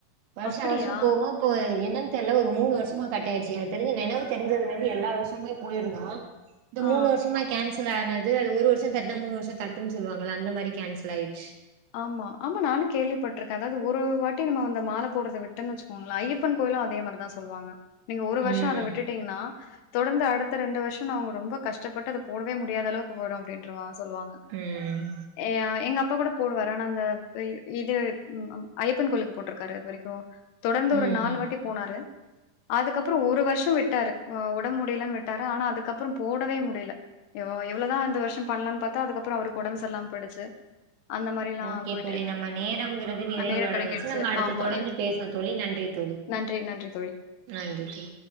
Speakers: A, on the right; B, on the left.
A: வருஷா
B: அப்படியா?
A: வருஷோ போவோ இப்போ என்னன் தெர்ல ஒரு மூணு வருஷமா கட்டாயிர்ச்சு எனக் தெரிஞ்சு நெனவு தெரிஞ்சதுலந்து எல்லா வருஷமே போயிருந்தோ இந்த
B: ஆ.
A: மூணு வருஷமா கேன்சல் ஆன து அது ஒரு வருஷோ தட்னா மூணு வருஷோ தட்டுன் சொல்லுவாங்கல அந்த மாரி கேன்சல்லாயிச்
B: ஆமா ஆமா நானு கேள்விப்பட்ருக்க அதாது ஒரு வாட்டி நம்ம அந்த மால போட்றத விட்டன் வச்சுக்கோங்கள ஐயப்பன் கோயிலு அதே மாரிதா சொல்லுவாங்க நீங்க ஒரு வருஷோ
A: ம்
B: அத விட்டுட்டீங்னா தொடர்ந்து அடுத்த ரெண்டு வருஷோ நா அவங்க ரொம்ப கஷ்டப்பட்டு அத போடவே முடியாத அளவுக் குஆபோறோ அப்டின்ற மா சொல்லுவாங்க
A: ம்
B: ஏ எங் அப் போடப் போடுவாரு ஆனா அந்த இப் இது ம் ஐயப்பன் கோயிலுக்கு போட்ருக்காரு அது வரிக்கு தொடர்ந்து ஒரு
A: ம்
B: நாலு வாட்டி போனாரு அதுக்கப்பறோ ஒரு வருஷ விட்டாரு ஒடம்பு முடியிலன் விட்டாரு ஆனா அதுக்கப்பற போடவே முடியில எவோ எவ்ளோதா இந்த வருஷம் பண்லான் பாத்தா அதுக்கப்புற அவுருக்கு ஒடம்பு செரில்லாம போயிடுச்சு அந்த மாரிலாம்
A: ஓகே
B: போயிட்டே
A: தோழி
B: இருந்தது.
A: நம்ம நேரம்ங்கிறது நிறைவு
B: அ நேரம்
A: அடைஞ்சிச்சு
B: கடங்கிடுச்சு.
A: நம்ம அடுத்து
B: ஆமா.
A: தொடர்ந்து
B: எ
A: பேசுவோ தோழி நன்றி தோழி
B: நன்றி, நன்றி தோழி.
A: நன்றி தோழி